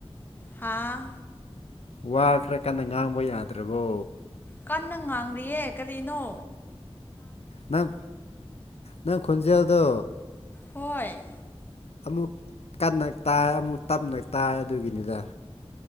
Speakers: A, on the left; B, on the left.
A: ꯍꯥꯥ
B: ꯋꯥꯈ꯭ꯔ ꯀꯥꯟꯗ ꯉꯥꯡꯕ ꯌꯥꯗ꯭ꯔꯕꯣ
A: ꯀꯟꯅ ꯉꯥꯡꯂꯤꯔꯤꯌꯦ ꯀꯔꯤꯅꯣ
B: ꯅꯪ ꯅꯪ ꯈꯨꯟꯖꯦꯜꯗ
A: ꯍꯣꯏ
B: ꯑꯃꯨꯛ ꯀꯟꯅ ꯇꯥꯏ ꯑꯃꯨꯛ ꯇꯞꯅ ꯇꯥꯏ ꯑꯗꯨꯒꯤꯅꯤꯗ